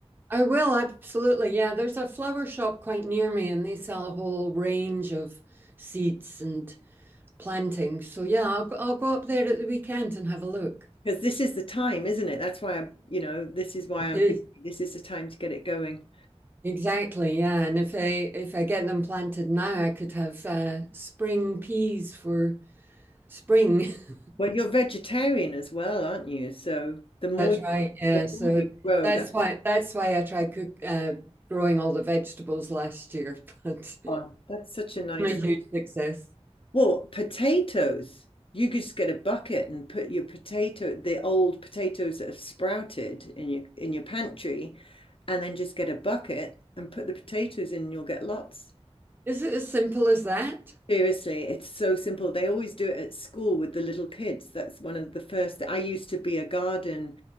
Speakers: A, on the right; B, on the left.
A: I will absolutely. Yeah, there's a flower shop quite near me, and they sell a whole range of seeds and plantings. So yeah, I'll go- I'll go up there at the weekend and have a look.
B: because this is the time, isn't it? That's why i you know, this is why
A: It
B: I'm
A: is.
B: busy. This is the time to get it going.
A: Exactly, yeah. And if I if I get them planted now, I could have uh, spring peas for spring. <laughs>
B: Well, you're vegetarian as well, aren't you? So the more
A: That's right. Yeah.
B: the
A: So
B: more you grow
A: that's
B: that
A: why that's why I tried cook uh, growing all the vegetables last year, <laughs> but it's
B: oh that's such a nice
A: been a huge success.
B: well potatoes you could just get a bucket and put your potato the old potatoes that have sprouted in your in your pantry and then just get a bucket and put the potatoes in and you'll get lots
A: Is it as simple as that?
B: Seriously, it's so simple. They always do it at school with the little kids. That's one of the first. I used to be a garden